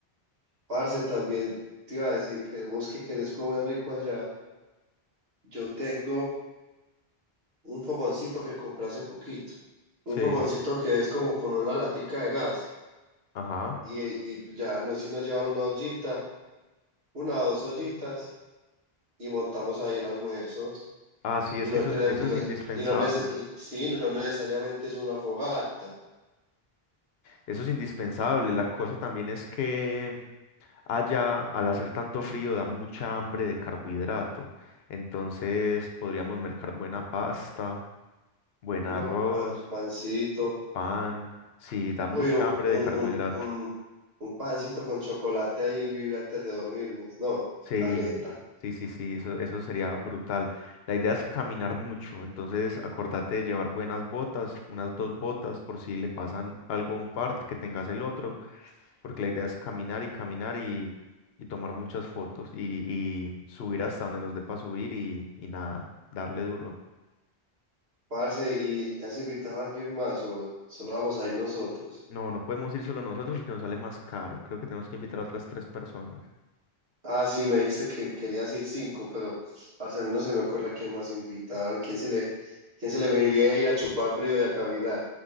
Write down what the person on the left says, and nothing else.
Sí,
ajá.
Ah, sí, es
que eso
es, eso
es
indispensable.
Eso es indispensable. La cosa también es que Allá, al hacer tanto frío, da mucha hambre de carbohidrato. Entonces podríamos mercar buena pasta, buen
arroz,
pan. Sí, da mucha
hambre
de carbohidrato.
Sí,
sí, sí, sí, eso, eso sería brutal. La idea es caminar mucho. Entonces acordate de llevar buenas botas, unas dos botas, por si le pasan algo a un part que tengas el otro. porque la idea es caminar y caminar y, y tomar muchas fotos y, y subir hasta donde nos dé para subir y, y nada, darle duro.
No, no podemos ir solo nosotros porque nos sale más caro. Creo que tenemos que invitar a otras tres personas.